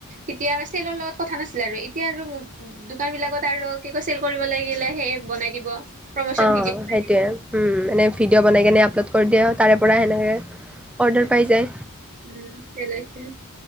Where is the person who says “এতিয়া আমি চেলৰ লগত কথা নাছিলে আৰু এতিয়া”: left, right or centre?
Right